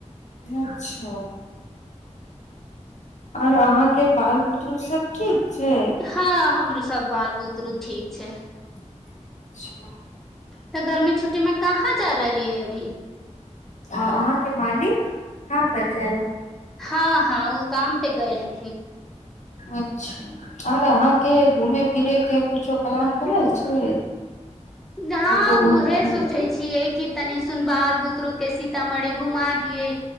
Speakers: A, on the left; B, in the centre.
A: अच्छा आऔर अहां के बाल बुतरु सब ठीक छै
B: हँ हमरो सब बाल बुतरु ठीक छै
A: अचछा
B: तऽ गर्मी छुट्टी मे कहाँ जा रहली है अभी
A: आ अहाँके मालिक का परड़ जा
B: हँ हँ ओ काम पे गेल हथििन
A: अच्छा आर अहाँके घूमे फिरेके किछो प्लान बनल छै
B: ना
A: कतौ घूमे
B: उहे
A: फिरे
B: सोचै
A: के
B: छियै कि तनि सुनबालु के सीतामढ़ी घुमा दिये